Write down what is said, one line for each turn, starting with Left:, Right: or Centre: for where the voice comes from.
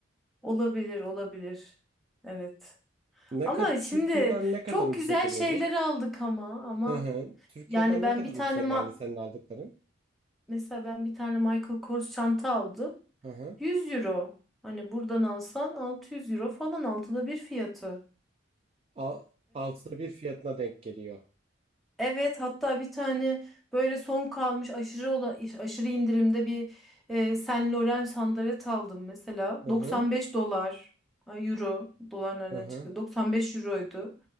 Centre: olabilir olabilir. Evet.
Right: Ne
Centre: Ama
Right: kadar Türkiye'den
Centre: şimdi
Right: ne kadar
Centre: çok
Right: ucuza
Centre: güzel
Right: geliyordu?
Centre: şeyler aldık ama ama
Right: Hı hı. Türkiye'den
Centre: yani ben
Right: ne kadar
Centre: bir tane
Right: ucuza
Centre: ma-
Right: geldi senin aldıkların?
Centre: mesela ben bir tane Michael Kors çanta aldım.
Right: Hı hı.
Centre: 100 euro. Hani buradan alsan 600 euro falan altıda bir fiyatı.
Right: Al, altıda bir fiyatına denk geliyor.
Centre: Evet hatta bir tane böyle son kalmış aşırı ola, aşırı indirimde bir e, Saint Laurent sandalet aldım mesela.
Right: Hı
Centre: 95
Right: hı,
Centre: dolar ay, euro dolar nereden
Right: hı hı,
Centre: çıktı? 95 euroydu.